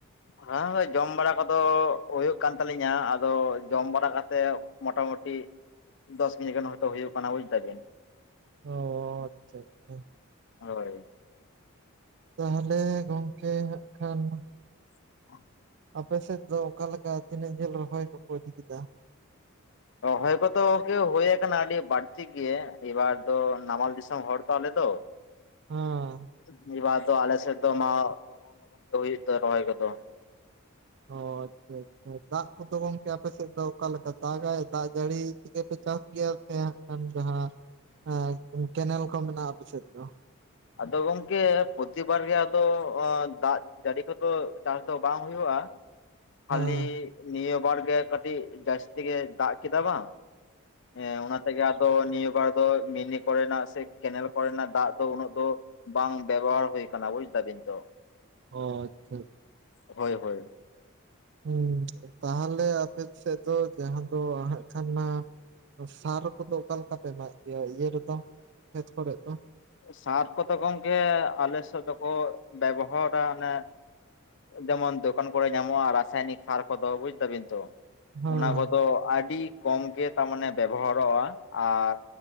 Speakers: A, on the left; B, on the right.
A: ᱦᱚᱸ ᱦᱚᱸ ᱡᱚᱢ ᱵᱟᱲᱟ ᱠᱚᱫᱚ ᱦᱩᱭᱩᱜ ᱠᱟᱱ ᱛᱟᱹᱞᱤᱧᱟ ᱟᱫᱚ ᱡᱚᱢ ᱵᱟᱲᱟ ᱠᱟᱛᱮᱜ ᱢᱳᱴᱟᱢᱩᱴᱤ ᱫᱚᱥ ᱠᱤᱡᱤ ᱜᱟᱱ ᱦᱚᱭᱛᱳ ᱦᱩᱭᱩᱜ ᱠᱟᱱᱟ ᱵᱩᱡᱽ ᱫᱟᱵᱤᱱ
B: ᱚ ᱟᱪᱪᱷᱟ ᱟᱪᱪᱷᱟ᱾
A: ᱦᱳᱭ
B: ᱛᱟᱦᱚᱞᱮ ᱜᱚᱝᱠᱮ ᱦᱟᱸᱜ ᱠᱷᱟᱱ
A: <inaudible>
B: ᱟᱯᱮ ᱥᱮᱫ ᱫᱚ ᱚᱠᱟᱠᱟ ᱛᱤᱱᱟᱹᱜ ᱡᱷᱟᱹᱞ ᱨᱚᱦᱚᱭ ᱠᱚᱠᱚ ᱤᱫᱤ ᱠᱮᱫᱟ?
A: ᱨᱚᱦᱚᱭ ᱠᱚᱫᱚ ᱦᱩᱭ ᱟᱠᱟᱱᱟ ᱟᱹᱰᱤ ᱵᱟᱹᱲᱛᱤ ᱜᱮ ᱮᱵᱟᱨ ᱫᱚ ᱱᱟᱢᱟᱞ ᱫᱤᱥᱚᱢ ᱦᱚᱲ ᱼᱼ ᱛᱚ ᱟᱞᱮ ᱫᱚ
B: ᱦᱮᱸ
A: ᱱᱤᱭᱮᱵᱟᱨ ᱫᱚ ᱟᱞᱮ ᱥᱮᱫ ᱫᱚ ᱢᱟ ᱞᱚᱜᱚᱱ ᱞᱚᱜᱚᱱ ᱜᱮ ᱦᱩᱭᱩᱜ ᱫᱚ ᱨᱚᱦᱚᱭ ᱠᱚᱫᱚ
B: ᱚ ᱟᱪᱪᱷᱟ ᱟᱪᱪᱷᱟ ᱫᱟᱜ ᱠᱚᱫᱚ ᱜᱚᱝᱠᱮ ᱟᱯᱮᱥᱮᱫ ᱫᱚ ᱚᱠᱟᱞᱮᱠᱟ ᱫᱟᱜᱟᱭ ᱫᱟᱜ ᱡᱟᱹᱲᱤ ᱛᱮᱜᱮ ᱯᱮ ᱪᱟᱥ ᱜᱮᱭᱟ ᱥᱮ ᱠᱷᱟᱱ ᱡᱟᱦᱟᱸ ᱦᱮᱸ ᱠᱮᱱᱮᱞ ᱠᱚ ᱢᱮᱱᱟᱜᱼᱟ ᱟᱯᱮ ᱥᱮᱫ ᱫᱚ
A: ᱟᱫᱚ ᱜᱚᱝᱠᱮ ᱯᱨᱚᱛᱤᱵᱟᱨ ᱜᱮ ᱟᱫᱚ ᱫᱟᱜ ᱜᱟᱹᱰᱤ ᱠᱚᱫᱚ ᱪᱟᱥ ᱫᱚ ᱵᱟᱝ ᱦᱩᱭᱩᱜᱼᱟ ᱠᱷᱟᱹᱞᱤ
B: ᱦᱮᱸ
A: ᱱᱤᱭᱟᱹ ᱵᱟᱨ ᱜᱮ ᱠᱟᱹᱴᱤᱡ ᱡᱟᱹᱥᱛᱤ ᱜᱮᱭ ᱫᱟᱜ ᱠᱮᱫᱟ ᱵᱟᱝ ᱦᱮᱸ ᱚᱱᱟ ᱮᱜᱟ ᱟᱫᱚ ᱱᱤᱭᱟᱹ ᱵᱟᱨ ᱫᱚ ᱢᱤᱱᱤ ᱠᱚᱨᱮᱱᱟᱜ ᱥᱮ ᱠᱮᱱᱮᱞ ᱠᱚᱨᱮᱱᱟᱜ ᱫᱟᱜ ᱫᱚ ᱩᱱᱟᱹᱜ ᱫᱚᱼᱼ ᱵᱟᱝ ᱵᱮᱵᱚᱦᱟᱨ ᱦᱩᱭ ᱟᱠᱟᱱᱟᱱᱟ ᱵᱩᱡ ᱫᱟ ᱵᱤᱱ ᱛᱚ᱾
B: ᱚᱻ ᱟᱪᱪᱷᱟ
A: ᱦᱳᱭ ᱦᱳᱭ᱾
B: ᱦᱩᱸ ᱛᱟᱦᱚᱞᱮ ᱟᱯᱮ ᱥᱮᱫ ᱫᱚ ᱡᱟᱦᱟᱸ ᱫᱚ ᱟᱦᱟᱜ ᱠᱷᱟᱱ ᱢᱟᱼᱼ ᱥᱟᱨ ᱠᱚᱫᱚ ᱚᱠᱟ ᱞᱮᱠᱟ ᱯᱮ ᱮᱢᱟᱜ ᱜᱮᱭᱟ ᱤᱭᱟᱹ ᱨᱮᱫᱚ ᱠᱷᱮᱛ ᱠᱚᱨᱮᱫ ᱫᱚᱞ?
A: ᱥᱟᱨ ᱠᱚᱫᱚ ᱜᱚᱢᱠᱮ ᱟᱞᱮ ᱥᱮᱫ ᱫᱚᱠᱚ ᱵᱮᱵᱚᱦᱟᱨᱟ ᱚᱱᱮ ᱡᱮᱢᱚᱱ ᱫᱚᱠᱟᱱ ᱠᱚᱨᱮ ᱧᱟᱢᱚᱜᱼᱟ ᱨᱟᱥᱟᱭᱚᱱᱤᱠ ᱥᱟᱨ ᱠᱚᱫᱚ ᱵᱩᱡ ᱫᱟᱵᱤᱱ ᱛᱚᱼᱼ
B: ᱦᱮᱸ
A: ᱚᱱᱟ ᱠᱚᱫᱚ ᱟᱹᱰᱤᱼᱼ ᱠᱚᱢ ᱜᱮ ᱛᱟᱨᱢᱟᱱᱮ ᱵᱮᱵᱚᱦᱟᱨᱚᱜᱼᱟ ᱟᱨ